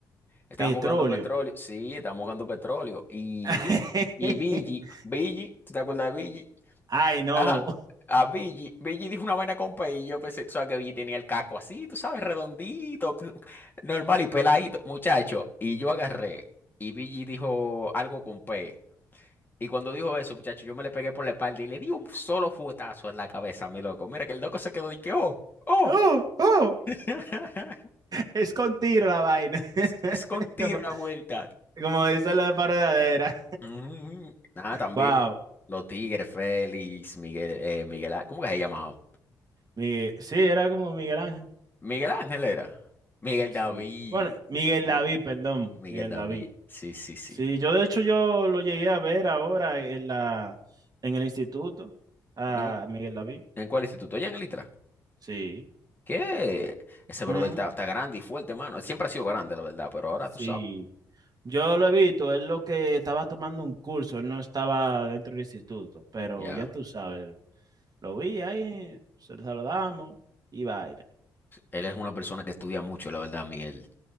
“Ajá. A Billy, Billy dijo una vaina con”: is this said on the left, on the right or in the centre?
Left